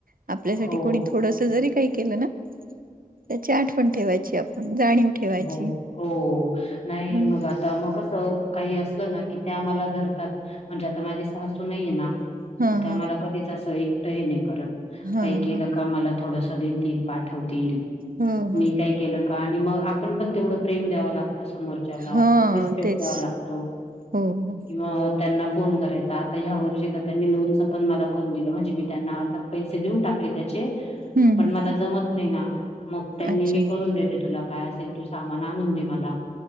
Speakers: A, on the right (about 85°); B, on the left (about 50°).
A: आपल्यासाठी
B: हो
A: कोणी थोडंसं जरी कांहीं केलं नां त्यांची आठवणं ठेवांयची आपणं जाणीव ठेवायची.
B: हो हो नाहीं
A: हं.
B: मगं आंता मगं कसं कांहीं असलं नां की ते आम्हांला धरतांत म्हणजे आंता माझे सासू नाहींये नां
A: हा
B: तरं त्यां
A: हा.
B: मलां कधीचं असं एकटंही नाहीं करतं
A: हा
B: कांहीं केलं
A: हा.
B: कां मलां थोडंसं पाठवतील
A: हो हो.
B: मी कांहीं केलं कां आणि मगं आपण पण तेवढं प्रेम द्याव लागतं समोर. त्यांना
A: हा
B: रिस्पेक्ट
A: तेच.
B: द्यावा लागतो
A: हो हो.
B: किंवा त्यांना फोन करायचा आता ह्या वर्षी तर त्यांनी लोनच पण मला करून दिलं म्हणजे मी त्यांना. पैसे देऊन टाकले त्याचे.
A: हम्म
B: पण
A: हम्म.
B: मला जमत नाही ना मग त्यांनी
A: अच्छा.
B: मी करून देते तुला काय अस- तू सामान आणून दे मला.